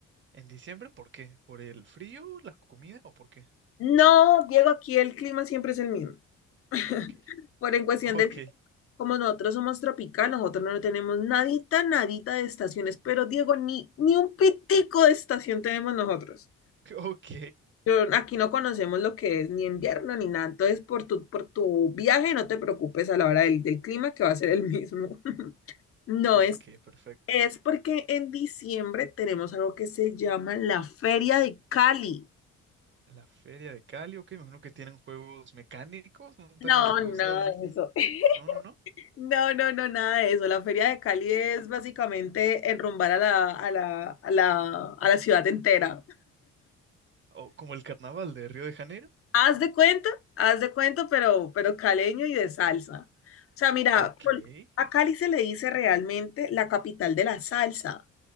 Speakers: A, on the right; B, on the left.
A: ¿En diciembre por qué? ¿Por el frío, la comida o por qué?
B: No, Diego, aquí el clima siempre es el mismo. <laughs>
A: Ok. <laughs>
B: Por en cuestión del,
A: Ok.
B: como nosotros somos tropical, nosotros no tenemos nadita, nadita de estaciones, pero Diego, ni, ni un pitico de estación tenemos nosotros.
A: Ok.
B: Yo- aquí no conocemos lo que es ni invierno ni nada, entonces por tu, por tu viaje no te preocupes a la hora del, del clima que va a ser el mismo. <laughs> No
A: Ok,
B: es
A: perfecto.
B: Es porque en diciembre tenemos algo que se llama la Feria de Cali.
A: La feria de Cali, ok, me imagino que tienen juegos mecánicos, montañas
B: No,
A: rusas.
B: nada de eso. <laughs>
A: No, no, no.
B: No, no, no, nada de eso. La Feria de Cali es básicamente enrumbar a la, a la, a la, a la ciudad entera.
A: O como el carnaval de Río de Janeiro.
B: Haz de cuenta, haz de cuenta, pero, pero caleño y de salsa. O sea, mira,
A: Ok.
B: Col-
A: Sí,
B: a Cali se le dice realmente la capital de la salsa.